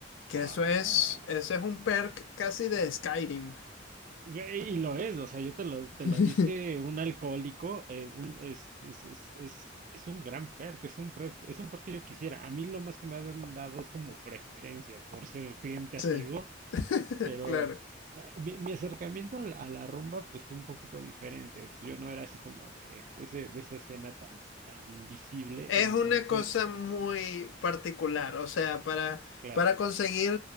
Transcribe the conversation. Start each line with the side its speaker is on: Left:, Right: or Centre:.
Left: que
Right: Ah.
Left: eso es, eso es un perk casi de Skyrim.
Right: Ve Y lo es, o sea, yo te lo,
Left: <laughs>
Right: te lo dice un alcohólico, eh, un- es, es, es, es- es un gran perk, es un perk, es un perk que yo quisiera. A mí lo más que me han dado es como preferencia por ser cliente
Left: Sí,
Right: asiduo,
Left: <laughs>
Right: pero
Left: claro.
Right: ah, mi, mi acercamiento a la, a la rumba pues fue un poquito diferente. Pues, Yo no era así como de, de, ese- de esa escena tan, tan visible,
Left: Es
Right: entonces,
Left: una cosa muy particular, o sea, para,
Right: claro.
Left: para conseguir